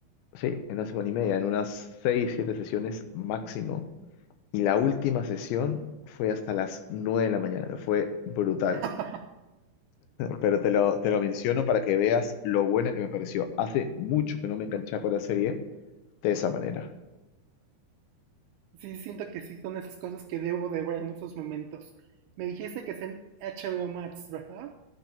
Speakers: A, on the left; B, on the right.
A: sí, en una semana y media, en unas seis, siete sesiones máximo, y la última sesión fue hasta las nueve de la mañana, fue brutal.
B: <laughs>
A: Pero te lo, te lo menciono para que veas lo buena que me pareció. Hace mucho que no me enganchaba con la serie de esa manera.
B: sí siento que sí son esas cosas que debo de ver en esos momentos. Me dijiste que es en HBO Max, ¿verdad?